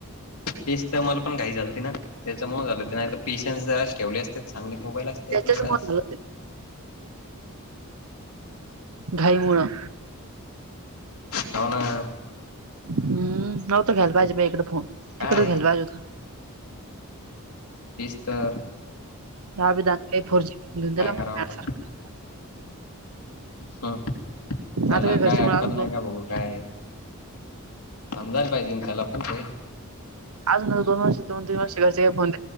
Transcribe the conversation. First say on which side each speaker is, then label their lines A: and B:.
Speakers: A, on the left (about 85°); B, on the right (about 75°).
A: तेच तर मला पण घाई झालती ना त्याचा मुळ झालं ते पेशन्स जरा ठेवली असते. चांगले मोबाईल असते
B: त्याच्याच
A: आपल्याकडे
B: मुळे
A: आज
B: झालं घाईमुळं.
A: हवना.
B: हम् नवतं घ्यायला पाहिजे बाय इकडे फोन
A: काय
B: तिकडच घ्यायला पाहिजे होता.
A: तेच तर
B: या विधान का फोर जी धंधुला
A: काय कराव
B: मिनासारख
A: आता ह त्याला
B: आता घरचे
A: काय आकल
B: मला अजून
A: नाही
B: दोन
A: का भाऊ काय. समजायला पाहिजेन त्याला पण ते
B: अजून दोन वर्ष दोन तीन वर्षाचे जिओ फोन